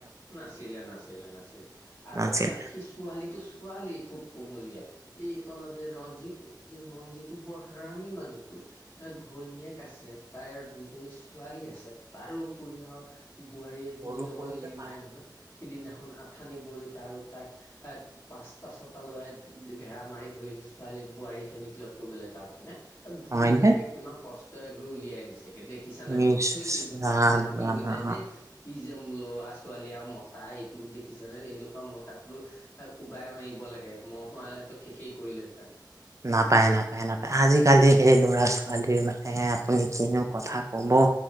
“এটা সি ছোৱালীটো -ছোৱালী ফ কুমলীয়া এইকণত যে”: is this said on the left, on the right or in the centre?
Left